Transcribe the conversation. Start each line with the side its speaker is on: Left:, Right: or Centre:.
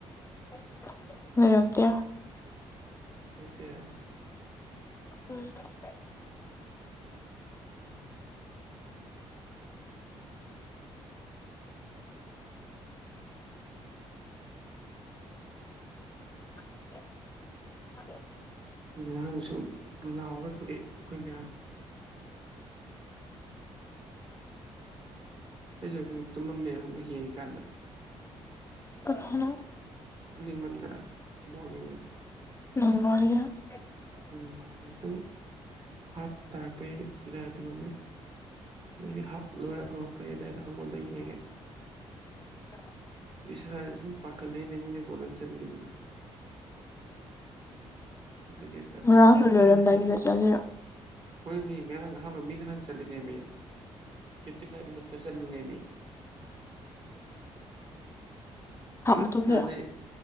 Left: <unintelligible> ꯂꯩꯔꯛꯇꯦ
Right: ꯂꯩꯔꯛꯇꯤꯌꯦ
Left: <unintelligible> ꯎꯝ
Right: ꯎꯝ
Left: <unintelligible>
Right: ꯉꯔꯥꯡꯁꯨ ꯂꯥꯎꯔ ꯊꯣꯛꯑꯦ ꯑꯈꯣꯏ ꯃꯌꯥꯝ ꯑꯩꯖꯦ ꯉꯛꯇꯪ ꯇꯨꯝꯃꯝꯃꯦꯕ ꯈꯪꯕ ꯌꯦꯡꯉꯤꯀꯥꯟꯗ
Left: ꯀꯅꯥꯅꯣ
Right: ꯇꯨꯝꯅꯤꯡꯃꯟꯗꯅ ꯕꯣꯜ ꯌꯦꯡꯕꯗꯣ
Left: ꯅꯪꯂꫭ ꯍꯥꯏꯁꯦ
Right: ꯎꯝ ꯉꯛꯇꯪ ꯍꯞꯇꯔꯛꯄꯩ ꯑꯗꯥꯏ ꯇꯨꯝꯃꯝꯃꯦ ꯑꯗꯨꯒꯤ ꯍꯞ ꯂꯣꯏꯔ ꯍꯧꯔꯛꯄꯩ ꯑꯗꯥꯏꯗ ꯍꯧꯒꯠꯂꯦ ꯌꯦꯡꯉꯦ
Left: <unintelligible>
Right: ꯏꯁꯥꯖꯦ ꯁꯨꯝ ꯄꯈꯠꯂꯛꯑꯦꯅꯦ ꯃꯤꯅ ꯒꯣꯜ ꯑꯃ ꯆꯟꯒꯤꯕꯗꯣ ꯗꯨꯒꯤ ꯇꯞꯄ
Left: ꯉꯔꯥꯡꯁꯨ
Right: ꯍꯟꯇꯣꯍꯦ
Left: ꯂꯣꯏꯔꯝꯗꯥꯏꯒꯤꯗ ꯆꯠꯂꯤꯔꯣ
Right: ꯍꯣꯏꯃꯤ ꯉꯔꯥꯡ ꯑꯍꯥꯟꯕ ꯃꯤꯅꯍꯟꯅ ꯆꯜꯂꯤꯅꯦꯃꯤ ꯐꯤꯞꯇꯤ ꯐꯥꯏꯚ ꯃꯤꯅꯠꯇ ꯆꯜꯂꯤꯅꯦꯃꯤ
Left: <inaudible>
Right: ꯀꯥꯅꯗ
Left: ꯃꯇꯨꯡꯗꯔ
Right: ꯑꯗꯩ